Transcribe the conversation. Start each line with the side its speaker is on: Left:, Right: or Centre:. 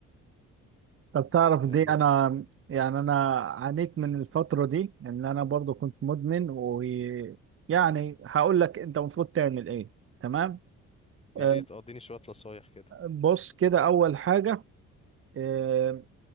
Right: طب تعرف
Left: يعني
Right: دي انا يعني انا عانيت من الفترة دي ان انا برضو كنت مدمن ويعني هقول لك انت المفروض تعمل ايه تمام
Left: يا
Right: آه،
Left: ريت اه اديني شوية نصايح كده
Right: بص كده اول حاجة آه،